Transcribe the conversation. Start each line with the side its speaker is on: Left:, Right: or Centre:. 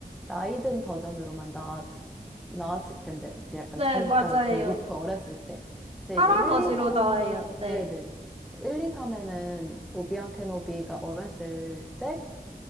Centre: 나이 든 버전으로만 나왔, 나왔을 텐데 이제 약간
Right: 네,
Centre: 잠깐
Right: 맞아요.
Centre: 그 루크 어렸을 때 근데
Right: 할아버지로
Centre: 이제 1, 2, 3
Right: 나와요. 네.
Centre: 네네 1, 2, 3에는 오비원 케노비가 어렸을 때